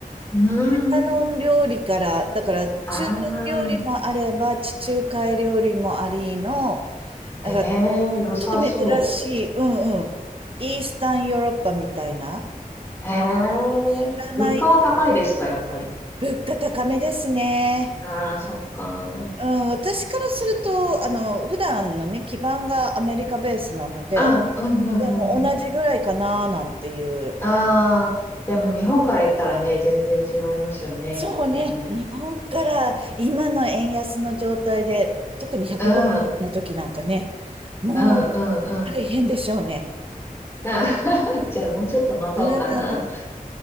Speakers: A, on the left (about 15°); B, on the right (about 40°).
A: う。うーん。
B: レバノン料理から、だから中東料理もあれば、
A: あ
B: 地中海料理もありの、
A: あ、
B: なんか
A: へえ、良さそ
B: ちょっと珍しい、うんうん、イースタンヨーロッパみたいな、
A: う。へ
B: 知らない、
A: え、物価は高いですか、やっぱり。
B: 物価高めですね。
A: ああ、そっか。
B: うん、私からすると、あの、普段のね、基盤がアメリカベースなので、
A: あ、うんうんうんうん。
B: うん、同じぐらいかななんていう。
A: ああ、でも日本から行ったらね、全然違いますよね、
B: そうね。
A: きっとね。
B: 日本から今の円安の状態で、特に150円の時なんかね、
A: うん、うん、
B: もう
A: うん、うん。
B: 大変でしょうね。
A: <laughs> じゃあもうちょっと待とうかな。
B: うわ